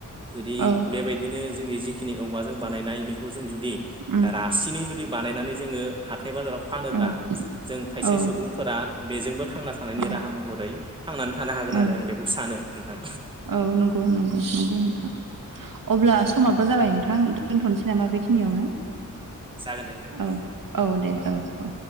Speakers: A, on the right; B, on the right.
A: जुदि
B: औ
A: बेबायदिनो जोंनि जिखिनि औवा जों बानायनाय बेखौ जों जु दि
B: उम
A: रासिनै जुदि बानायनानै जोङो हाथाय-बाजाराव फानोब्ला
B: औ
A: जों खायसे
B: औ
A: सुबुंफोरा बेजोंबो थांना थानायनि
B: ओं
A: राहा महरै थांनानै थानो हागोन
B: ओं
A: आरो आं बेखौ सानो नोंथां।
B: औ नंगौ नंगौ नंगौ नोंथां अब्ला समाबो जाबाय नोंथां दोनथ'नोसै। नामा बेखिनियावनो
A: औ जागोन दे नोंथां
B: औ औ दे औ। औ